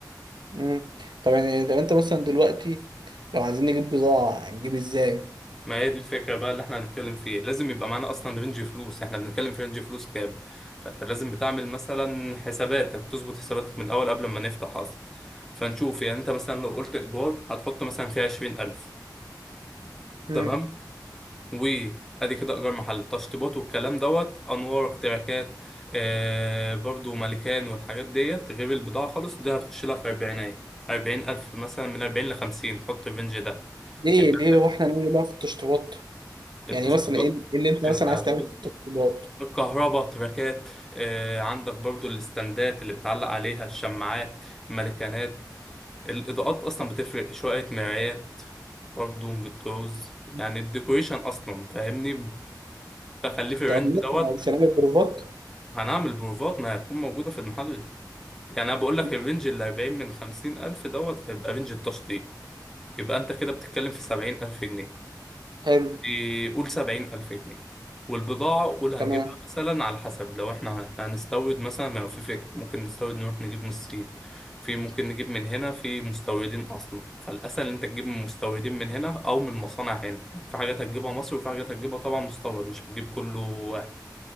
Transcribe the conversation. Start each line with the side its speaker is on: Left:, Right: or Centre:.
Right: امم طب يعني طب انت مثلا دلوقتي لو عايزين نجيب بضاعة هنجيب ازاي
Centre: ما هي دي الفكرة بقى اللي احنا هنتكلم فيه لازم يبقى معانا اصلا رينج فلوس احنا بنتكلم في رينج فلوس كام فانت لازم بتعمل مثلا حساباتك تظبط حساباتك من الاول قبل ما نفتح اصلا فنشوف يعني انت مثلا لو قلت ايجار هتحط مثلا فيه عشرين الف
Right: امم
Centre: تمام وادي كده ايجار محل تشطيبات والكلام دوت انوار اختراكات آه برضو مالكان والحاجات ديت غير البضاعه خالص دي هتخش لها في اربعينات اربعين الف مثلا من اربعين لخمسين حط الرينج ده
Right: ليه
Centre: يبقى
Right: ليه
Centre: انت
Right: واحنا نعمل ايه بقى في التشطيبات
Centre: التشطيبات
Right: يعني مثلا ايه ايه اللي انت مثلا
Centre: انت
Right: عايز
Centre: هتقول
Right: تعمله في التشطيبات
Centre: الكهرباء تراكات آه عندك برضو الاستندات اللي بتعلق عليها الشماعات المالكانات الاضاءات اصلا بتفرق شويه مرايات برضو بتعوز يعني
Right: مم.
Centre: الديكوريشن اصلا فاهمني تخليه في الرينج
Right: طب مثلا
Centre: دوت
Right: مش هنعمل بروفات
Centre: هنعمل بروفات ما هتكون موجودة في المحل يعني أنا بقول لك
Right: مم.
Centre: الرينج اللي 40 من 50 ألف دوت هيبقى رينج التشطيب يبقى أنت كده بتتكلم في 70 ألف جنيه
Right: حلو
Centre: إيه، قول 70 ألف جنيه والبضاعة قول هنجيبها
Right: تمام
Centre: مثلا على حسب لو احنا احنا هنستورد مثلا ما في فكرة ممكن نستورد نروح نجيب من الصين في ممكن نجيب من هنا في مستوردين أصلا فالأسهل إن أنت تجيب من مستوردين من هنا أو من مصانع هنا يعني في حاجات هتجيبها مصر وفي حاجات هتجيبها طبعا مستورد مش هتجيب كله